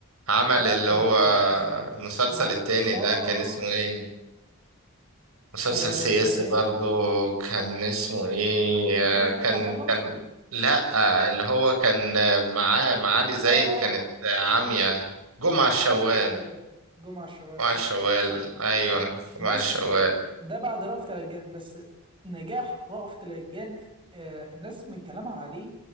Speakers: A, on the right; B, on the right.
A: عمل
B: ده
A: اللي
B: كان
A: هو
B: لا،
A: المسلسل
B: انا
A: التاني
B: اه
A: ده كان اسمه
B: اه
A: ايه مسلسل
B: اه
A: سياسي
B: آه، اسمه ايه
A: برضو كان اسمه ايه
B: فرقة
A: كان
B: ناجي عطا الله
A: كان لا اللي هو كان معاه معالي زايد
B: اه اه
A: كانت عامية جمعة الشوال
B: ايوه ايوه ايوه جمعة الشوال
A: جمعة
B: صح
A: الشوال
B: صح صح
A: ايوه
B: صح
A: جمعة
B: بس
A: الشوال
B: ده بعد رأفت الهجان بس نجاح رأفت الهجان آه، الناس من كلامها عليه